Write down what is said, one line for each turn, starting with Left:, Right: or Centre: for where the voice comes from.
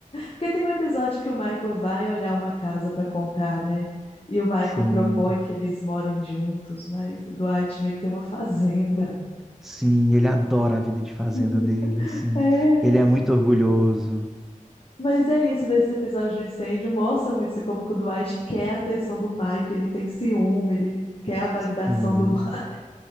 Left: Porque tem um episódio que o Michael vai olhar uma casa pra comprar, né? E o Michael
Centre: Sim.
Left: propõe que eles morem juntos, mas o Dwight meio que tem uma fazenda.
Centre: Sim, ele adora a vida de fazenda
Left: <laughs>
Centre: dele, assim.
Left: É.
Centre: Ele é muito orgulhoso.
Left: Mas é isso desse episódio do incêndio. Mostra muito isso, como que o Dwight quer a atenção do Michael, ele tem ciúme, ele quer a validação
Centre: Sim.
Left: do Michael.